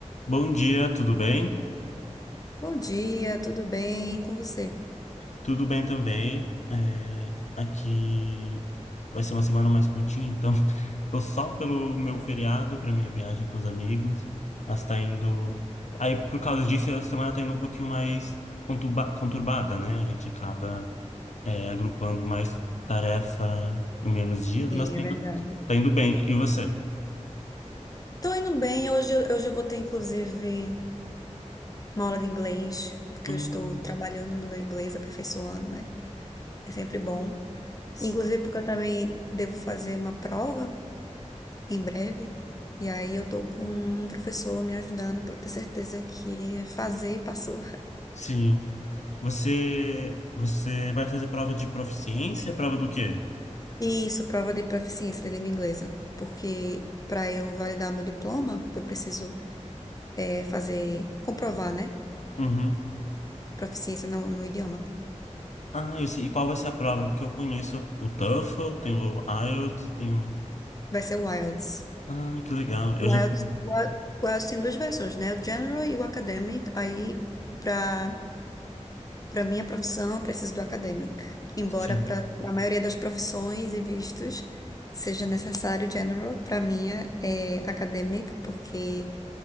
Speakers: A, on the left; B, on the left.
A: Bom dia, tudo bem?
B: Bom dia, tudo bem? E com você?
A: Tudo bem também. É, aqui vai ser uma semana mais curtinha, então <laughs> tô só pelo meu feriado para minha viagem com os amigos. Mas tá indo. Aí, por causa disso, a semana tá indo um pouquinho mais contuba- conturbada, né? A gente acaba, é, agrupando mais tarefa em menos dias,
B: Sim,
A: mas tá
B: é
A: indo,
B: verdade.
A: tá indo bem. E você?
B: Tô indo bem. Hoje, eu- hoje eu vou ter, inclusive, uma aula de inglês, porque
A: Hum,
B: eu estou trabalhando no meu inglês, aperfeiçoando, né? É sempre bom.
A: s-
B: Inclusive, porque eu também devo fazer uma prova em breve. E aí eu tô com um professor me ajudando para ter certeza que fazer e passou.
A: sim. Você, você vai fazer prova de proficiência? Prova do quê?
B: E isso, prova de proficiência de língua inglesa. Porque para eu validar meu diploma, eu preciso eh, fazer, comprovar, né?
A: Uhum.
B: Proficiência no, no idioma.
A: Ah, eu sei. E qual vai ser a prova? Porque eu conheço o TOEFL, tenho o IELTS, tenho.
B: Vai ser o IELTS.
A: Ah, que legal. Eu
B: O
A: já
B: IELTS,
A: fiz.
B: o IELTS o IELTS tem duas versões, né? O General e o Academic. Aí, para para minha profissão, eu preciso do Academic. Embora
A: Sim.
B: para a maioria das profissões e vistos seja necessário o General, para minha é Academic, porque